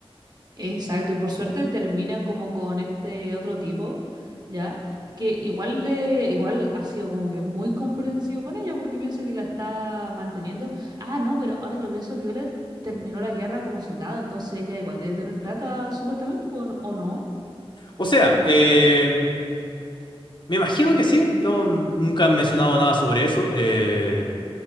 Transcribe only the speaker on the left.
O sea, eh, me imagino que sí, no, nunca han mencionado nada sobre eso. eh,